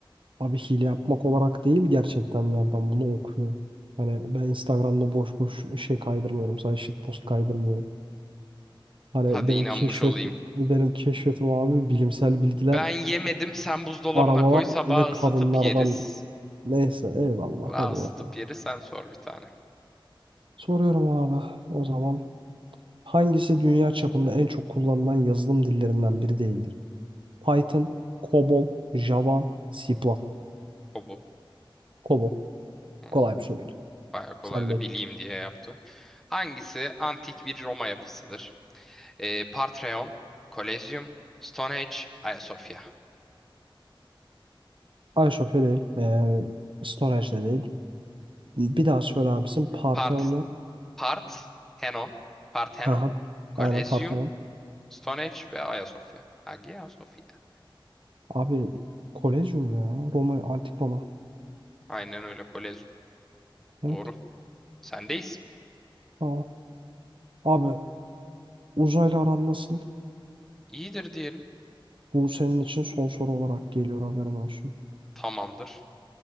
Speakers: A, on the right (about 70°); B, in the centre.
A: abi hile yapmak olarak değil gerçekten ya ben bunu okuyorum. Hani ben Instagram'da boş boş şey kaydırmıyorum. Sadece shitpost kaydırmıyorum. Hani
B: Hadi
A: benim
B: inanmış
A: keşfet
B: olayım.
A: benim keşfetim abi bilimsel bilgiler
B: Ben yemedim. Sen buzdolabına
A: Arabalar
B: koy. Sabah
A: ve kadınlardan
B: ısıtıp yeriz.
A: neyse eyvallah
B: Sabah
A: hadi
B: ısıtıp
A: bakalım.
B: yeriz. Sen sor bir tane.
A: Soruyorum abi o zaman hangisi dünya çapında en çok kullanılan yazılım dillerinden biri değildir? Python, COBOL, Java, C++.
B: O bu.
A: COBOL.
B: Hı,
A: Kolay bir soruydu.
B: Bayağı kolaydı.
A: Sen değil.
B: Bileyim diye yaptı. Hangisi antik bir Roma yapısıdır? Ee, Partreon, Kolezyum, Stonehenge, Ayasofya.
A: iSofya değil. Ee, Storage de değil. Bir daha söyler misin? Parthenon
B: Part
A: ve...
B: Parthenon, Parthenon,
A: Aha,
B: Kolezyum,
A: aynen Parthenon.
B: Stone Age ve Ayasofya. Hagia Sophia.
A: Abi Kolezyum ya. Roma, Antik Roma.
B: Aynen öyle Kolezyum.
A: Evet.
B: Doğru. Sendeyiz.
A: Tamam. Abi uzaylı aran nasıl?
B: İyidir diyelim.
A: Bu senin için son soru olarak geliyor haberin olsun.
B: Tamamdır.